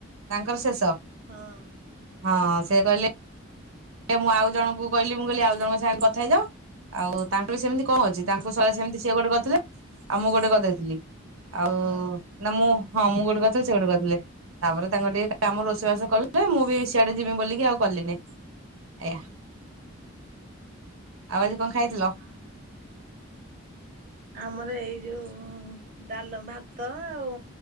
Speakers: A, on the right (about 80°); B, on the right (about 40°).
A: ତାଙ୍କର ଶେଷ।
B: ହଁ।
A: ହଁ ସେ କହିଲେ
B: ହଁ ଵୋହୁ
A: ଏ ମୁଁ ଆଉ ଜଣଙ୍କୁ କହିଲି ମୁଁ କହିଲି ଆଉଜଣ ଙ୍କ ସାଙ୍ଗରେ କଥା ହେଇଯାଅ। ଆଉ ତାଙ୍କ ବି ସେମିତି କଣ ଅଛି
B: ହଁ
A: ତାଙ୍କୁ <unintelligible> ସେମିତି ସିଏ ଗୋଟେ କରିଥିଲେ ଆଉ ମୁଁ ଗୋଟେ କରିଦେଇଥିଲି। ଆଉ
B: ହଁ
A: ନା ମୁଁ- ହଁ -ମୁଁ ଗୋଟେ କରିଥି ସେ ଗୁଟେ କରିଥିଲେ ତାପରେ ତାଙ୍କ ଟିକେ କାମ ରୋଷେଇ ବାସ କଲେ ମୁଁ ବି ସିଆଡେ ଯିବି ବୋଲିକି ଆଉ କଲିନି। ଏୟା -ଆଉ ଆଜି କଣ ଖାଇଥିଲ?
B: ହଁ ହଁ। ଆମର ଏଇ ଯଉ ଡାଲ- ଭାତ ଆଉ